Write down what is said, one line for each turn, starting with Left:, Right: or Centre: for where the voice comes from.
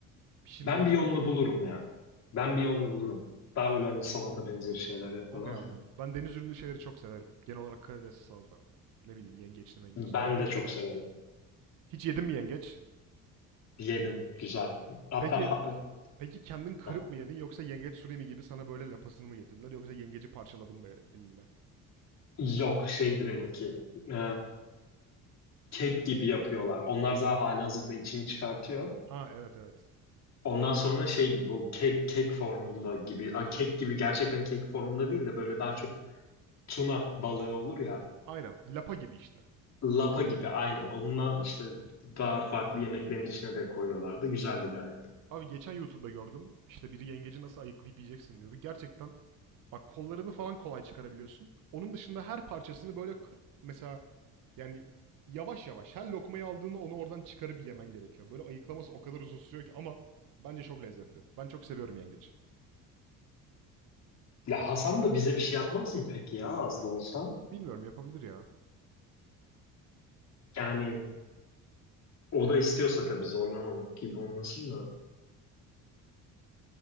Right: Pişirmeden
Left: Ben bir yolunu
Right: derken.
Left: bulurum ya. Ben bir yolunu bulurum. Daha böyle hani salata benzeri şeyler yapıyorlar
Right: Okey abi.
Left: ya.
Right: Ben deniz ürünü şeyleri çok severim. Genel olarak karidesli salata. Ne bileyim yengeçli mengeçli.
Left: Ben
Right: Yengeç.
Left: de çok severim.
Right: Hiç yedin mi yengeç?
Left: Yedim. Güzel. Hatta
Right: Peki
Left: ha-
Right: peki kendin kırıp
Left: ha,
Right: mı yedin yoksa yengeç surimi gibi sana böyle lapasını mı getirdiler yoksa yengeci parçaladın mı elinle?
Left: yok şeydi benimki. Ee, kek gibi yapıyorlar. Onlar daha halihazırda içini çıkartıyor.
Right: Ha evet evet.
Left: Ondan sonra şey gibi o kek kek formunda gibi a, kek gibi gerçekten kek formunda değil de böyle daha çok tuna balığı olur ya
Right: Aynen. Lapa gibi işte.
Left: lapa gibi aynen onunla işte daha farklı yemeklerin içine de koyuyorlardı güzeldi gayet.
Right: Abi geçen YouTube'da gördüm. İşte biri yengeci nasıl ayıklayıp yiyeceksin diyordu. Gerçekten Bak kollarını falan kolay çıkarabiliyorsun. Onun dışında her parçasını böyle k- mesela yani yavaş yavaş her lokmayı aldığında onu oradan çıkarıp yemen gerekiyor. Böyle ayıklaması o kadar uzun sürüyor ki ama bence çok lezzetli. Ben çok seviyorum yengeç.
Left: Ya Hasan da bize bir şey yapmaz mı peki ya az da olsa?
Right: Bilmiyorum yapabilir ya.
Left: Yani o da istiyorsa tabii zorlamamak gibi olmasın da